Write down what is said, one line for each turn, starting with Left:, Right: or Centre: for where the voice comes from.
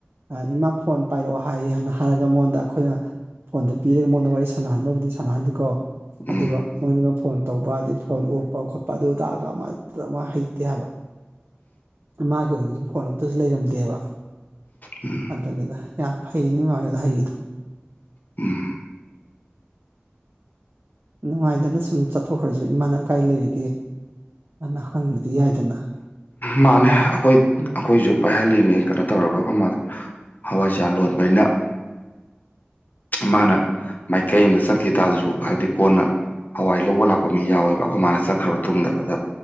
Right: ꯑ ꯏꯃꯥ ꯐꯣꯟ ꯄꯥꯏꯔꯛꯑꯣ ꯍꯥꯏ ꯍꯥꯏꯅ ꯍꯥꯏꯔꯒ ꯃꯉꯣꯟꯗ ꯑꯩꯈꯣꯏꯅ ꯐꯣꯟꯗꯨ ꯄꯤꯔꯒ ꯃꯉꯣꯟꯗ ꯄꯤꯔꯒ ꯋꯥꯔꯤ ꯁꯥꯟꯅꯍꯟꯕꯕꯨꯗꯤ ꯁꯥꯟꯅꯍꯟꯜꯂꯤꯀꯣ
Left: ꯎꯝ
Right: ꯑꯗꯨꯒ ꯃꯣꯏꯅꯒ ꯐꯣꯟ ꯇꯧꯕ ꯑꯗꯩ ꯐꯣꯟ ꯑꯣꯛꯄ ꯈꯣꯠꯄ ꯑꯗꯨ ꯑꯗꯒ ꯑꯃꯇ ꯃꯥ ꯍꯩꯇꯦ ꯍꯥꯏꯕ ꯃꯥꯒꯤ ꯑꯣꯏꯅꯁꯨ ꯐꯣꯟ ꯑꯝꯇꯁꯨ ꯂꯩꯔꯝꯗꯦꯕ
Left: ꯎꯝ
Right: ꯑꯗꯨꯅꯤꯅ ꯌꯥꯝ ꯐꯩ ꯅꯣꯏ ꯃꯥꯈꯣꯏꯒ ꯍꯩꯔꯤꯗꯣ
Left: ꯎꯝ
Right: ꯅꯨꯡꯉꯥꯏꯗꯅ ꯁꯨꯝ ꯆꯠꯊꯣꯛꯈ꯭ꯔꯁꯨ ꯏꯃꯥ ꯅꯪ ꯀꯥꯏ ꯂꯩꯔꯤꯒꯦ ꯑꯅꯥ ꯍꯪꯕꯗꯤ ꯌꯥꯏꯗꯅ
Left: ꯃꯥꯅꯦ
Right: ꯑꯗꯨꯃꯥꯏꯅ
Left: ꯑꯩꯈꯣꯏ ꯑꯩꯈꯣꯏꯁꯨ
Right: ꯎꯝ
Left: ꯄꯥꯏꯍꯜꯂꯤꯅꯤ ꯀꯩꯅꯣ ꯇꯧꯔꯒ ꯑꯩꯈꯣꯏ ꯃꯥꯗ ꯍꯋꯥꯏꯖꯥꯔ ꯂꯣꯟꯕꯅꯤꯅ ꯃꯥꯅ ꯃꯥꯏꯀꯩ ꯑꯝꯗ ꯆꯠꯈꯤ ꯇꯥꯔꯁꯨ ꯍꯥꯏꯗꯤ ꯀꯣꯟꯅ ꯍꯋꯥꯏ ꯂꯧꯕ ꯂꯥꯛꯄ ꯃꯤ ꯌꯥꯎꯋꯦꯕ ꯑꯩꯈꯣꯏ ꯃꯥꯅ ꯆꯠꯈ꯭ꯔꯕ ꯇꯨꯡꯗ ꯑꯗ